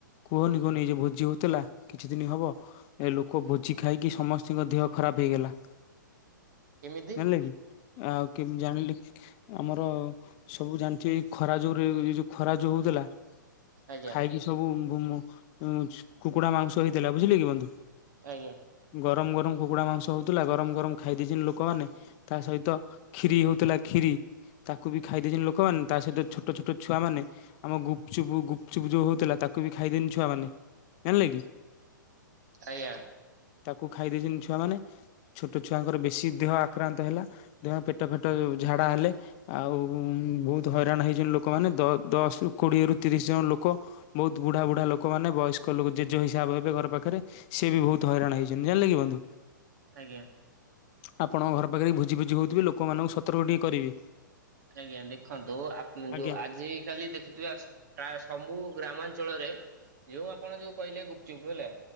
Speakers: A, on the left; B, on the right.
A: କୁହନି କୁହନି ଯେ ଭୋଜି ହେଉଥିଲା କିଛି ଦିନ ହେବ ଏ ଲୋକ ଭୋଜି ଖାଇକି ସମସ୍ତିଙ୍କ ଦେହ ଖରାପ ହେଇଗଲା।
B: କେମିତି
A: ହେଲେ କି ଆଉ କେମିତି ଜାଣିଲି ଆମର ସବୁ ଜାଣିଛି ଖରା ଯୋଉରେ ଯୋଉ ଖରା ଯୋଉ ହଉଥିଲା।
B: ଆଜ୍ଞା
A: ଖାଇକି ସବୁ ଉଁ ଉଁ ମୁଁ କୁକୁଡା ମାଂସ ହେଇଥିଲା, ବୁଝିଲେ କି ବନ୍ଧୁ?
B: ଆଜ୍ଞା।
A: ଗରମ୍ ଗରମ୍ କୁକୁଡ଼ା ମାଂସ ହଉଥିଲା, ଗରମ୍ ଗରମ୍ ଖାଇ ଦେଇେଇଛନ୍ତି ଲୋକମାନେ ତା ସହିତ ଖିରି ହଉଥିଲା ଖିରି ତାକୁ ବି ଖାଇଦେଇଛନ୍ତି, ଲୋକମାନେ ତା ସହିତ ଛୋଟ ଛୋଟ ଛୁଆମାନେ ଆମ ଗୁପଚୁପ୍-ଗୁପଚୁପ୍ ଯୋଉ ହଉଥିଲା, ତାକୁ ବି ଖାଇଦେନି ଛୁଆମାନେ। ଜାଣିଲେ କି
B: ଆଜ୍ଞା।
A: ତାକୁ ଖାଇ ଦେଇେଇଛନ୍ତି ଛୁଆ ମାନେ ଛୋଟ ଛୁଆଙ୍କର ବେଶୀ ଦେହ ଆକ୍ରାନ୍ତ ହେଲା। ଦେହ ପେଟ ଫେଟ ଝାଡା ହେଲେ। ଆଉ ବହୁତ ହଇରାଣ ହେଇଛନ୍ତି, ଲୋକମାନେ ଦ ଦଶରୁ କୋଡିଏରୁ ତିରିଶ ଜଣ ଲୋକ। ବହୁତ ବୁଢା ବୁଢା ଲୋକମାନୋନ ବୟସ୍କ ଲୋକ ଜେଜେ ହିସାବ ହେବେ ଘର ପାଖରେ ସିଏ ବି ବହୁତ ହଇରାଣ ହେଇ କେମିତି ଜାଣିଲେ କି ବନ୍ଧୁ?
B: ଆଜ୍ଞା।
A: ଆପଣ ଘର ପାଖରେ ବି ଭୋଜି ଭୋଜି ହଉଥିବେ, ଲୋକମାନଙ୍କୁ ସତର୍କ ଟିକେ କରିବି।
B: ଆଜ୍ଞା ଦେଖନ୍ତୁ ଆପ୍
A: ଆଜ୍ଞା
B: ଯୋଉ ଆଜି କାଲି ଦେଖିଥିବ ପ୍ରାୟ ସବୁ ଗ୍ରାମାଞ୍ଚଳରେ ଯୋଉ ଆପଣ ଯୋଉ କହିଲେ ଗୁପଚୁପ୍ ହେଲା।